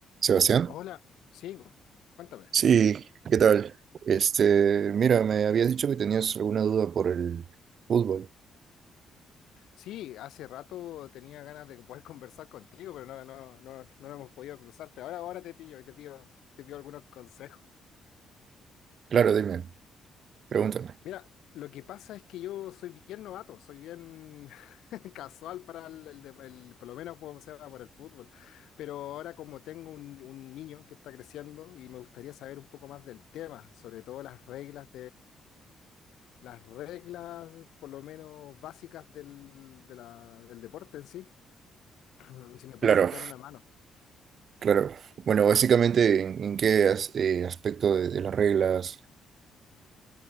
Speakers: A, on the right; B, on the left.
A: Sebastián,
B: Hola, sigo. Cuéntame.
A: sí, ¿qué tal? Este, mira, me habías dicho que tenías alguna duda por el fútbol.
B: Sí, hace rato tenía ganas de poder <laughs> conversar contigo, pero no, no, no, no nos hemos podido cruzar. Pero ahora, ahora te pillo y te pido, te pido algunos consejos.
A: Claro, dime, pregúntame.
B: Mira, lo que pasa es que yo soy bien novato, soy bien <laughs> casual para el, el de- el- por lo menos por, o sea, para el fútbol. Pero ahora como tengo un, un niño que está creciendo y me gustaría saber un poco más del tema, sobre todo las reglas las reglas, por lo menos básicas del, de la- del deporte en sí, <clears throat> si me puedes
A: Claro,
B: echar una mano.
A: claro. Bueno, básicamente, ¿en, en qué as- eh, aspecto de, de las reglas